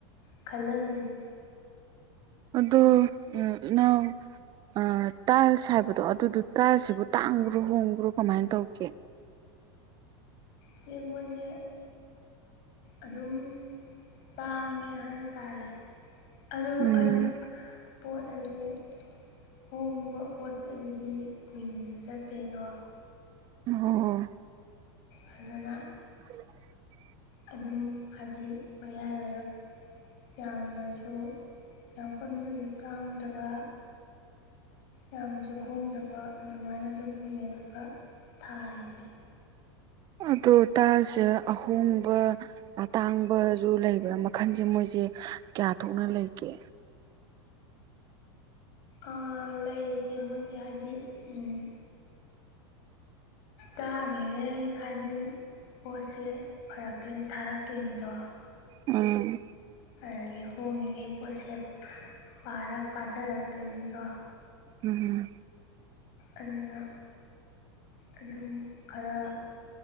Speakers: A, on the left (about 50°); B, on the right (about 30°).
A: ꯈꯜꯂꯝꯃꯤꯅꯤ
B: ꯑꯗꯨꯗꯨ ꯎ ꯅꯅꯥ ꯑ ꯇꯥꯁ ꯍꯥꯏꯕꯗꯣ ꯑꯗꯨꯗꯨ ꯇꯁꯤꯕꯨ ꯇꯥꯡꯈ꯭ꯔꯣ ꯍꯣꯡꯈ꯭ꯔꯣ ꯀꯃꯥꯏꯅ ꯇꯧꯒꯦ
A: ꯁꯦ ꯃꯣꯏꯁꯦ ꯑꯗꯨꯝ ꯇꯥꯡꯉꯦ ꯍꯥꯏꯇꯥꯔꯦ ꯑꯗꯣ
B: ꯎꯝ
A: ꯍꯥꯏꯗꯤ ꯄꯣꯠ ꯑꯁꯦ ꯍꯣꯡꯕ ꯄꯣꯠ ꯑꯗꯨꯗꯤ ꯀꯨꯏꯅꯁꯨ ꯆꯠꯇꯦ ꯑꯗꯣ
B: ꯑꯣ ꯍꯣ
A: ꯑꯗꯨꯗꯅ
B: <inaudible>
A: ꯑꯗꯨꯝ ꯍꯥꯏꯗꯤ ꯃꯌꯥꯏ ꯑꯣꯏꯔꯞ ꯌꯥꯝꯅꯁꯨ ꯌꯥꯝ ꯀꯨꯟꯅꯁꯨ ꯇꯥꯡꯗꯕ ꯌꯥꯝꯁꯨ ꯍꯣꯡꯗꯕ ꯑꯗꯨꯃꯥꯏꯅ ꯑꯗꯨꯝ ꯌꯦꯡꯉꯒ ꯊꯥꯔꯤꯁꯦ
B: ꯑꯗꯣ ꯇꯁꯦ ꯑꯍꯣꯡꯕ ꯑꯇꯥꯡꯕꯁꯨ ꯂꯩꯕ꯭ꯔꯥ ꯃꯈꯟꯁꯦ ꯃꯣꯏꯁꯦ ꯀꯌꯥ ꯊꯣꯛꯅ ꯂꯩꯒꯦ
A: ꯑ ꯂꯩꯁꯦ ꯃꯣꯏꯁꯦ ꯍꯥꯏꯗꯤ ꯎꯝ ꯇꯥꯡꯉꯤꯈꯩ ꯍꯥꯏꯗꯤ ꯄꯣꯠꯁꯦ ꯐꯔꯛꯇꯣꯏꯅꯤ ꯊꯥꯔꯛꯇꯣꯏꯅꯤꯗꯣ
B: ꯎꯝ
A: ꯑꯗꯒꯤ ꯍꯣꯡꯉꯤꯈꯩ ꯄꯣꯠꯁꯦꯔ ꯄꯥꯊꯔꯛꯇꯣꯏꯅꯤꯗꯣ
B: ꯎꯝ ꯎꯝ
A: ꯑꯗꯨꯅ ꯑꯗꯨꯝ ꯈꯔ